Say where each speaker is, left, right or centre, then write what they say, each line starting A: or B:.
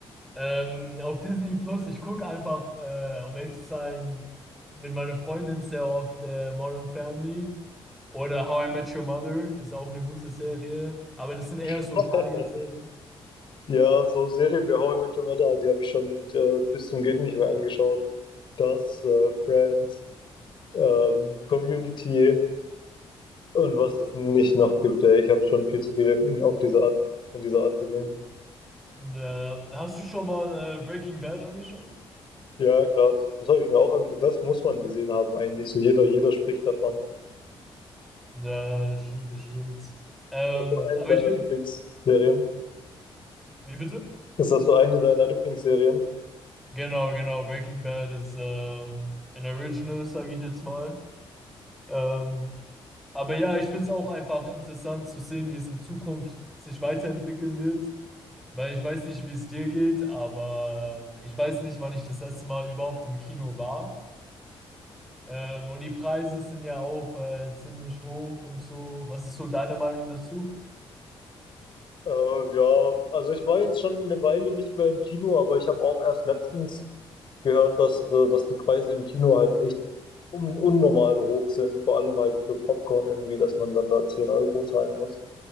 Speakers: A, in the centre; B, on the left (about 55°).
A: Ähm, auf Disney Plus, ich gucke einfach, äh, um ehrlich zu sein, mit meiner Freundin sehr oft äh, Modern Family oder How I Met Your Mother ist auch eine gute Serie, aber das sind eher
B: <laughs>
A: so Tagesserien.
B: Ja, so Serien wie How I Met Your Mother, die habe ich schon äh, bis zum Geht nicht mehr angeschaut. Das, äh, Friends, ähm, Community und was es nicht noch gibt. Ey. Ich habe schon viel zu viele in- auf diese Art, von dieser Art gesehen.
A: Und, äh, hast du schon mal äh, Breaking Bad angeschaut?
B: Ja, klar, das, das habe ich mir auch ange Das muss man gesehen haben eigentlich. So jeder, jeder spricht davon.
A: Ja, ja, das stimmt, das stimmt. Ähm,
B: Das war eine
A: aber
B: deiner
A: ich finde,
B: Lieblingsserien.
A: wie bitte?
B: Ist das so eine deiner Lieblingsserien?
A: Genau, genau, Breaking Bad ist äh, ein Original, sage ich jetzt mal. Ähm, Aber ja, ich finde es auch einfach interessant zu sehen, wie es in Zukunft sich weiterentwickeln wird, weil ich weiß nicht, wie es dir geht, aber ähm, ich weiß nicht, wann ich das letzte Mal überhaupt im Kino war. Ähm, und die Preise sind ja auch äh, ziemlich hoch und so. Was ist so deine Meinung dazu?
B: Äh, ja, also ich war jetzt schon eine Weile nicht mehr im Kino, aber ich habe auch erst letztens gehört, dass, äh, dass die Preise im Kino halt echt un unnormal hoch sind. Vor allem halt für Popcorn irgendwie, dass man dann da 10 Euro zahlen muss.